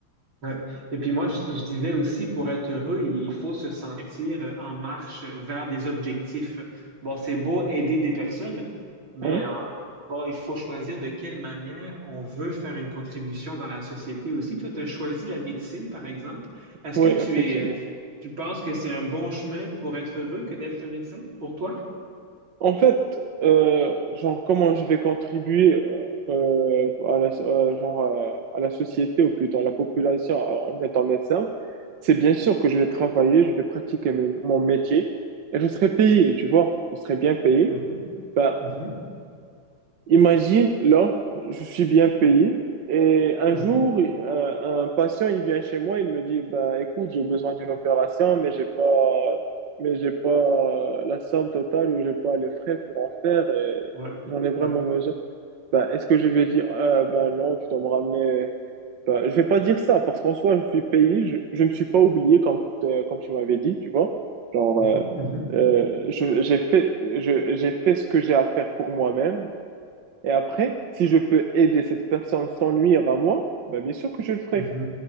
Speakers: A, on the right (about 85°); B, on the right (about 65°).
A: Ouais. Et puis moi, je, je disais aussi, pour être heureux, il faut se sentir euh, en marche euh, vers des objectifs. Bon, c'est beau aider des personnes, mais
B: Ouais,
A: euh, bon, il faut choisir de quelle manière on veut faire une contribution dans la société aussi. Toi, tu as choisi la médecine, par exemple. Est-ce
B: ouais,
A: que tu
B: effectivement.
A: es, tu penses que c'est un bon chemin pour être heureux que d'être médecin, pour toi?
B: En fait, euh, genre, comment je vais contribuer euh, à la, euh, genre, euh, à la société, ou plutôt à la population, euh, en étant médecin, c'est bien sûr que je vais travailler, je vais pratiquer mon mon métier, et je serai payé, tu vois, je serai bien payé.
A: Mhm,
B: Ben,
A: mhm,
B: Imagine, là, je suis bien payé et un
A: mhm.
B: jour, euh, un patient, il vient chez moi, il me dit, ben, écoute, j'ai besoin d'une opération, mais j'ai pas, mais j'ai pas euh, la somme totale ou j'ai pas les frais pour en faire et
A: Ouais,
B: j'en ai vraiment
A: ouais.
B: besoin. Ben, est-ce que je vais dire, euh, ben non, tu dois me ramener. Ben, je vais pas dire ça parce qu'en soi, je suis payé, je, je me suis pas oublié comme, euh, comme tu m'avais dit, tu vois. Genre,
A: Mhm,
B: euh,
A: mhm,
B: euh, je- j'ai fait, je- j'ai fait ce que j'ai à faire pour moi-même. Et après, si je peux aider cette personne sans nuire à moi, ben bien sûr que je le ferai.
A: mhm,